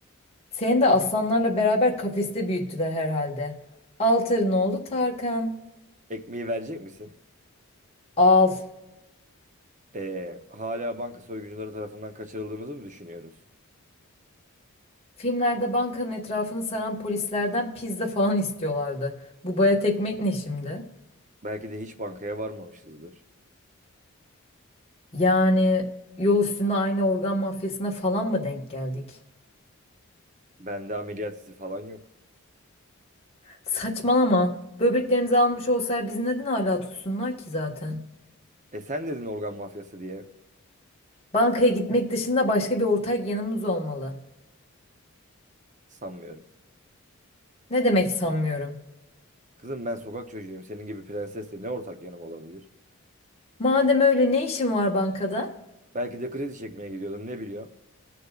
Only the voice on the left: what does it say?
Seni de aslanlarla beraber kafeste büyüttüler herhalde. Altar'ın oğlu Tarkan.
Al.
Filmlerde bankanın etrafını saran polislerden pizza falan istiyorlardı. Bu baya tekmek ne şimdi?
Yani yol üstünde aynı organ mafyasına falan mı denk geldik?
Saçmalama. Böbreklerimizi almış olsalar bizi neden hala tutsunlar ki zaten?
Bankaya gitmek dışında başka bir ortak yanımız olmalı.
Ne demek sanmıyorum.
Madem öyle ne işin var bankada?